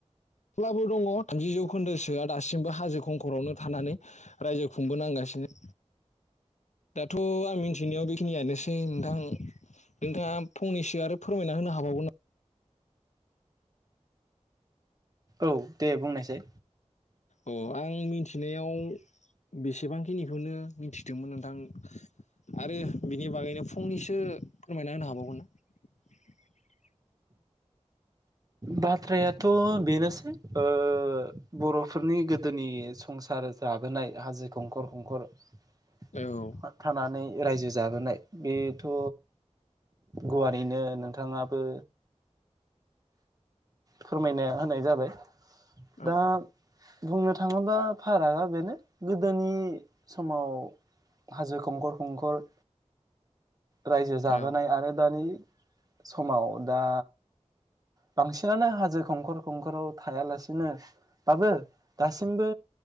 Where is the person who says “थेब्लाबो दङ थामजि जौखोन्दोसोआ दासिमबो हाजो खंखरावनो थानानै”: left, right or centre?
Left